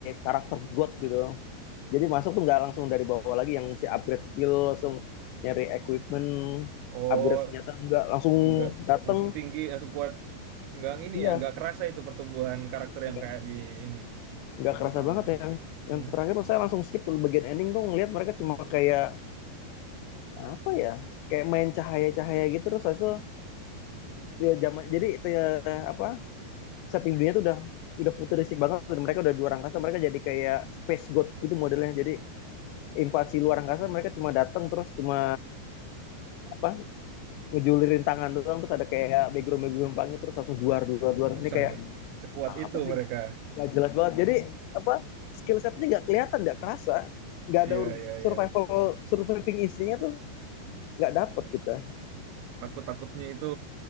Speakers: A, on the left; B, on the right.
A: karakter god gitu jadi masuk tuh nggak langsung dari bawah lagi yang mesti upgrade skill langsung nyari equipment
B: oh
A: upgrade senjata nggak langsung
B: nggak
A: dateng
B: langsung tinggi langsung kuat nggak ini
A: iya
B: ya nggak kerasa itu pertumbuhan karakter
A: nggak
B: yang kayak di ini
A: nggak
B: di
A: kerasa
B: pertamanya
A: banget ya
B: hmm.
A: yang terakhir saya langsung skip tuh bagian ending tuh ngeliat mereka cuma kayak apa ya kayak main cahaya-cahaya gitu terus habis itu ya zaman jadi itu ya, apa setting dunia tuh udah udah futuristik banget dan mereka udah di luar angkasa mereka jadi kayak space god gitu modelnya jadi invasi luar angkasa mereka cuma datang terus cuma apa ngejulirin tangan doang terus ada kayak background background pelangi terus langsung duar duar
B: oh
A: duar ini
B: <laughs> sampai
A: kayak
B: sekuat itu
A: apa sih
B: mereka
A: nggak jelas banget jadi apa skill setnya nggak kelihatan nggak kerasa
B: <laughs>
A: nggak ada
B: iya iya
A: survival
B: iya
A: surviving instingnya tuh nggak dapet kita
B: takut-takutnya itu